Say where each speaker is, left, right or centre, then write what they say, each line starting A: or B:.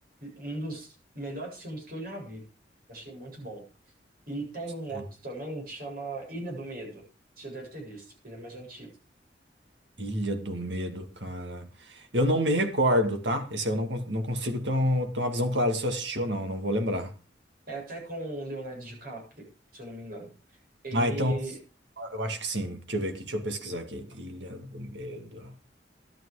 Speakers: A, on the right; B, on the right.
A: um dos melhores filmes que eu já vi. Achei muito bom. E tem um
B: É.
A: outro também que chama Ilha do Medo. Você já deve ter visto, ele é mais antigo.
B: Ilha do Medo, cara. Eu não me recordo, tá? Esse aí eu não, cons- não consigo ter, um- ter uma visão clara se eu assisti ou não, não vou lembrar.
A: É até com o Leonardo DiCaprio, se eu não me engano. Ele,
B: Ah, então, eu acho que sim. Deixa eu ver aqui, deixa eu pesquisar aqui. Ilha do Medo.